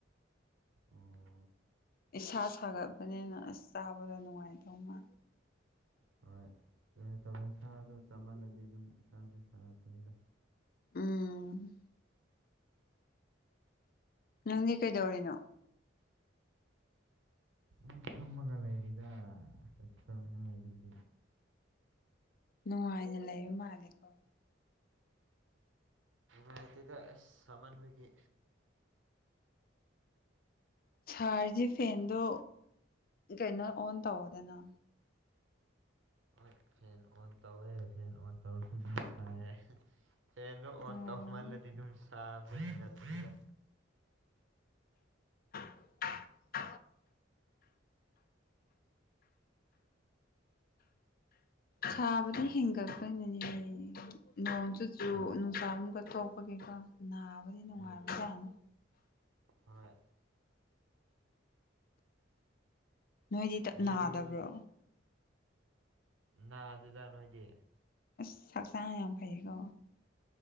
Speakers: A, on the right; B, on the left.
A: ꯑꯣ
B: ꯏꯁꯥ ꯁꯥꯒꯠꯄꯅꯤꯅ ꯑꯁ ꯆꯥꯕꯗ ꯅꯨꯡꯉꯥꯏꯗꯧ ꯃꯥ
A: ꯍꯣꯏ ꯑꯗꯨꯃꯥꯏꯅ ꯇꯧꯅꯦ ꯁꯥꯗꯣ ꯆꯥꯝꯍꯜꯂꯗꯤ ꯑꯗꯨꯝ ꯏꯁꯥꯁꯦ ꯁꯥꯒꯠꯄꯅꯤꯗ
B: ꯎꯝ ꯅꯪꯗꯤ ꯀꯩꯗꯧꯔꯤꯅꯣ
A: ꯎꯝ ꯐꯝꯃꯒ ꯂꯩ ꯗ <unintelligible> <unintelligible>
B: ꯅꯨꯡꯉꯥꯏꯅ ꯂꯩꯕ ꯃꯥꯜꯂꯦꯀꯣ
A: ꯅꯨꯡꯉꯥꯢꯇꯦꯗ ꯑꯁ ꯁꯃꯟꯕꯒꯤ
B: ꯁꯥꯔꯁꯤ ꯐꯦꯟꯗꯣ ꯀꯩꯅꯣ ꯑꯣꯟ ꯇꯧꯗꯅ
A: ꯍꯣꯏ ꯐꯦꯟ ꯑꯣꯟ ꯇꯧꯋꯦ ꯐꯦꯟ ꯑꯣꯟ ꯇꯧꯔꯁꯨ ꯑꯗꯨꯝ ꯁꯥꯏꯌꯦ ꯐꯦꯟꯗꯣ ꯑꯣꯟ
B: ꯎꯝ
A: ꯇꯧ ꯍꯦꯟꯃꯜꯂꯗꯤ ꯑꯗꯨꯝ ꯁꯥꯕꯗꯨ ꯍꯦꯟꯒꯠꯄꯅꯤꯗ
B: ꯖ <inaudible> ꯁꯥꯕꯗꯤ ꯍꯦꯟꯒꯠꯒꯅꯤꯌꯦ ꯅꯣꯡ ꯆꯨ ꯆꯨ
A: ꯍꯣꯏ
B: ꯅꯨꯡꯁꯥ ꯑꯃꯨꯛꯀ ꯊꯣꯛꯄꯒꯤꯀꯣ ꯅꯥꯕꯗꯤ ꯅꯨꯡꯉꯥꯏꯕꯖꯠꯅꯤ
A: ꯎꯝ ꯍꯣꯏ
B: ꯅꯣꯏꯗꯤ ꯇꯞ
A: ꯌꯦꯔꯨꯝ
B: ꯅꯥꯗꯕ꯭ꯔꯣ
A: ꯅꯥꯗꯦꯗ ꯅꯣꯢꯗꯤ
B: ꯑꯁ ꯍꯛꯆꯥꯥꯡ ꯌꯥꯝ ꯐꯩꯌꯦꯀꯣ